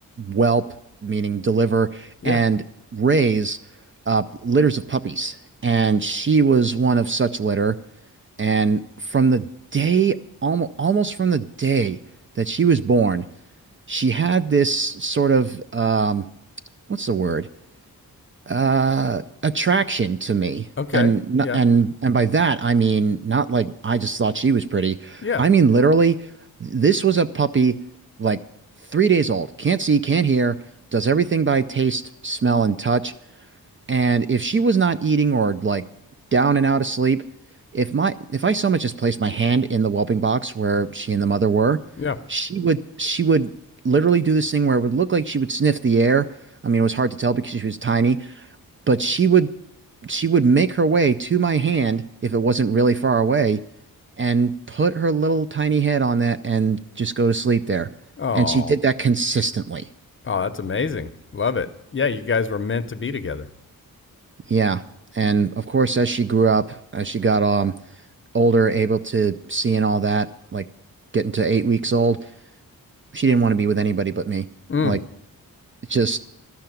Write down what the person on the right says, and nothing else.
whelp, meaning deliver,
and raise uh, litters of puppies. And she was one of such litter. And from the day, almost, almost from the day that she was born, she had this sort of, um, what's the word? uh attraction to me
and
and and by that I mean not like I just thought she was pretty
I mean literally this was a puppy like three days old can't see can't hear does everything by taste smell and touch and if she was not eating or like down and out of sleep if my if I so much as placed my hand in the whelping box where she and the mother were
she would she would literally do this thing where it would look like she would sniff the air I mean, it was hard to tell because she was tiny, but she would she would make her way to my hand if it wasn't really far away and put her little tiny head on that and just go to sleep there.
And she did that consistently.
Yeah. And of course, as she grew up, as she got um older, able to see and all that, like getting to eight weeks old, she didn't want to be with anybody but me.
Like just